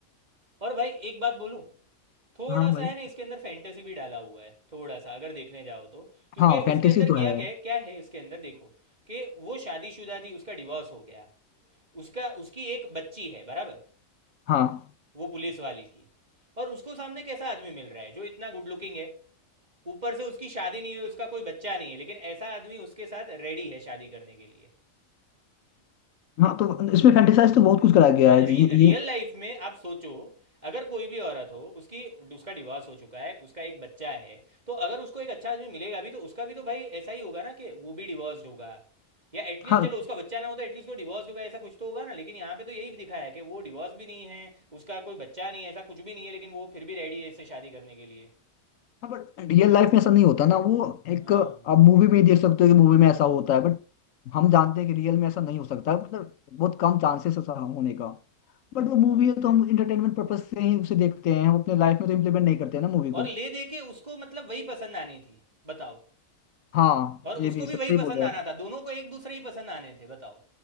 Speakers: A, on the right (about 30°); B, on the left (about 75°).
A: और भाई एक बात बोलूं थोड़ा
B: हाँ
A: सा
B: भाई
A: है ना इसके अंदर फैंटेसी भी डाला हुआ है थोड़ा सा अगर देखने जाओ तो क्योंकि
B: हाँ फैंटेसी
A: इसके अंदर
B: तो
A: किया
B: है
A: क्या है क्या है इसके अंदर देखो कि वो शादीशुदा थी उसका डिवोर्स हो गया उसका उसकी एक बच्ची है बराबर
B: हाँ
A: वो पुलिस वाले की और उसको सामने कैसा आदमी मिल रहा है जो इतना गुड लुकिंग है ऊपर से उसकी शादी नहीं हुई उसका कोई बच्चा नहीं है लेकिन ऐसा आदमी उसके साथ रेडी है शादी करने के लिए
B: हाँ तो इसमें फैंटेसाइज तो बहुत कुछ कराया गया
A: हाँ
B: है
A: रि,
B: जी ये
A: रियल
B: ये-
A: लाइफ में आप सोचो अगर कोई भी औरत हो उसकी उसका डिवोर्स हो चुका है उसका एक बच्चा है तो अगर उसको एक अच्छा आदमी मिलेगा भी तो उसका भी तो भाई ऐसा ही होगा ना कि वो भी डिवोर्स्ड होगा या एटलीस्ट
B: हाँ
A: चलो उसका बच्चा ना हो तो एटलीस्ट वो डिवोर्स्ड होगा ऐसा कुछ तो होगा ना लेकिन यहाँ पे तो यही दिखाया है कि वो डिवोर्स भी नहीं है उसका कोई बच्चा नहीं है ऐसा कुछ भी नहीं है लेकिन वो फिर भी रेडी है इससे शादी करने के लिए
B: हाँ बट रियल लाइफ में ऐसा नहीं होता ना वो एक
A: हाँ
B: आप मूवी में ही देख सकते हो कि मूवी में ऐसा होता है बट हम जानते हैं कि रियल में ऐसा नहीं हो सकता मतलब बहुत कम चांसेस ऐसा होने का बट वो
A: हाँ
B: मूवी है तो हम इंटरटेनमेंट पर्पज से ही उसे देखते हैं हम अपने लाइफ में तो इम्प्लीमेंट नहीं करते हैं ना मूवी
A: और
B: को
A: ले दे के उसको मतलब वही पसंद आनी थी बताओ
B: हाँ
A: और उसको
B: ये भी
A: भी
B: सही
A: वही
B: सही
A: पसंद
B: बोल रहे
A: आना
B: हो आप
A: था दोनों को एक दूसरे ही पसंद आने थे बताओ